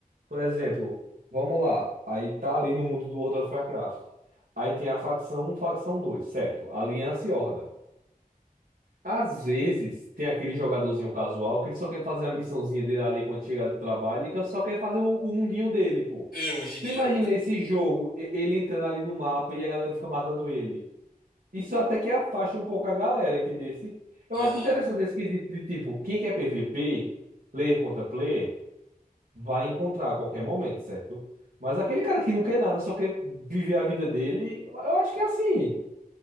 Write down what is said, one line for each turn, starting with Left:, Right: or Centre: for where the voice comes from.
Right: por exemplo, vamos lá, aí tá ali no mundo do World of Warcraft. Aí tem a facção um, facção 2, certo? Aliança e Horda. Às vezes, tem aquele jogadorzinho casual que ele só quer fazer a missãozinha dele ali quando chegar do trabalho, ele que- só quer fazer o, o mundinho dele, pô.
Left: Eu hoje em
Right: Tu
Left: dia.
Right: imagina esse jogo, e- ele entrando ali no mapa e a galera fica matando ele. Isso até que afasta um pouco a galera, entendeu? Esse- Eu
Left: Aham.
Right: acho interessante esse quesito de tipo, quem quer PVP, player contra player, vai encontrar a qualquer momento, certo? Mas aquele cara que não quer nada, só quer viver a vida dele, eu acho que é assim.